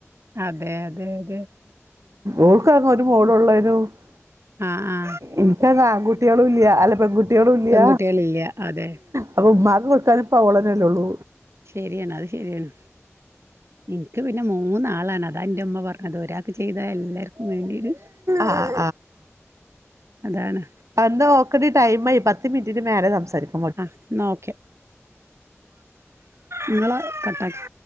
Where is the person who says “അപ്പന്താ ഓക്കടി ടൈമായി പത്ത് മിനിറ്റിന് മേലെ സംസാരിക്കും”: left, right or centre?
Right